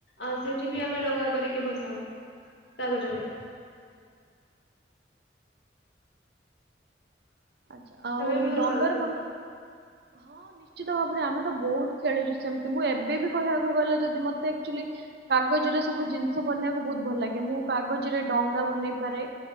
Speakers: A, on the left; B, on the right.
A: ଆଉ, ସେଠିବି ଆମେ ଡଙ୍ଗା କରିକି ଭସାଉ କାଗଜରେ।
B: ଆ୍ଛା, ଆଉ
A: ତମେ ବି ଭସାଉଛ
B: ଡଙ୍ଗାର ମ <inaudible> ହଁ ନି ନିଶ୍ଚିତ ଭାବରେ, ଆମେ ତ ବହୁତ ଖେଳିଛୁ ସେମିତି ମୁଁ ଏବେ ବି କହିବାକୁ ଗଲେ, ଯଦି ମତେ ଆକ୍ଚୁଲି କାଗଜରେ ସବୁ ଜିନିଷ ବନେଇବାକୁ ବହୁତ ଭଲ ଲାଗେ। ମୁଁ କାଗଜରେ ଡଙ୍ଗା ବନେଇ ପାରେ।